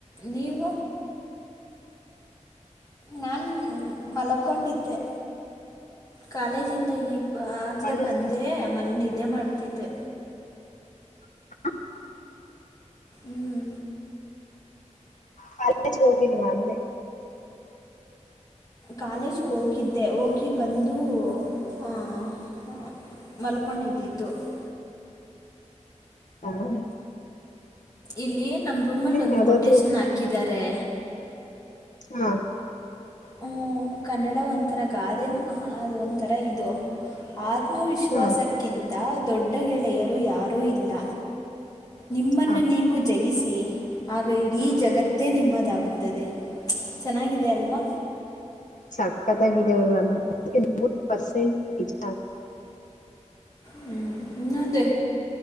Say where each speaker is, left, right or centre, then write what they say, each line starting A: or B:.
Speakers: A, on the left; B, on the left.
A: ನೀವ ನಾಾನು ಮಲಕೊಂಡಿದ್ದೆ ಕಾಲೇಜಿಂದ ಈಗ ಆಲೇ
B: ಕಾಲೇಜ್
A: ಬಂದೇ ಮಲೆ ನಿದ್ದೆ ಮಾಡ್ತಿದ್ದೆ
B: <inaudible>
A: ಹ್ಮ್
B: ಕಲಜ ಗೋೋಗಿಲ್ ವಂದೆ
A: ಕಾಲೇಜ್ಗೆ ಹೋಗಿದ್ದೆ ಹೋಗಿ ಬಂದು ಆ ಹ ಮಲ್ಕೊಂಡಿದ್ದಿದ್ದ ್ದ
B: ಹೌದ
A: ಇಲ್ಲಿ ನಮ್ಮ ರೂಮಲ್ಲಿ ಒಂದು
B: ಯಾವ್ದಾದ್ರು
A: ಕೊಟಷನ್ ಹಾಕಿದ್ದಾರೆ
B: ಹಾ
A: ಹ ಕನ್ನಡ ಒಂಥರ ಗಾದೆನ ಅದು ಒಂಥರ ಇದು ಆ ಆತ್ಮವಿಶ್ವಾಸಕ್ಕಿಂತ
B: ಹಾ
A: ದೊಡ್ಡ ಗೆಳೆಯರು ಯಾರೂ ಇಲ್ಲ ನಿಮ್ಮನ್ನು
B: ಹಾ
A: ನೀವು ಜಯಿಸಿ ಆ ರೈಡಿ ಜಗತ್ತೇ ನಿಮ್ಮದಾಗುತ್ತದೆ ಚೆನ್ನಾಗಿದೆ ಅಲ್ವಾ
B: ಸಕತ್ತಂಗಾಗಿದೆ ಪರ್ಸೆಂಟ್ಜ
A: ಹ್ಮ್ ಹಂದ